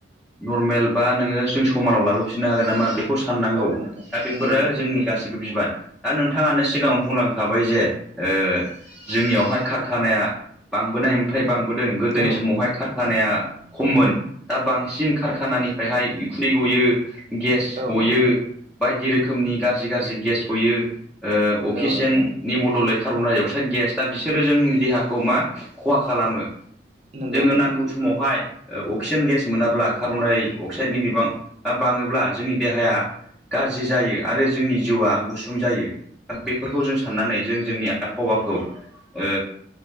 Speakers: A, in the centre; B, on the right (about 35°).
A: नरमेल बा नोंङो जों समानाव लाबोफिननो हागोन नामा? बेखौ साननांगौ
B: औ नोंथां
A: दा बेफोरो
B: नंगौ नोंथां
A: जोंनि गासिबो बिबान दा नों बिथांङानो सिगांङाव बुंलांखाबाय जे ओ जोंनियावहाय कारखानाया बांबोनाय ओमफ्राय बांबोदों गोदोनि
B: औ नोंथां औ
A: समावहाय
B: नोंथां
A: कारखानाया खममोन दा बांसिन कारखानानिफ्राइ हाइ उखुन्दै गयो गेस
B: औ
A: गयो
B: नोंथां
A: बायदि रोखोमनि गाज्रि गाज्रि गेस गयो ओ अक्सिजेननि
B: नंगौ नोंथां औ नोंथां औ
A: बद'लै कार्बनडाइ अक्साइड गेस दा बिसोरो जोंनि देहाखौ मा खहा खालामो
B: नंगौ
A: जोंङो
B: नोंथां
A: नांगौ समावहाय ओ अक्सिजेन गेस मोनाब्ला कार्बनडाइ अक्साइडनि बिबां आ बांङोब्ला जोंनि देहाया गाज्रि जायो आरो जोंनि जिउआ गुसुं जायो दा बे बेफोरखौ जों साननानै जों जोंनि आबहावाखौ ओ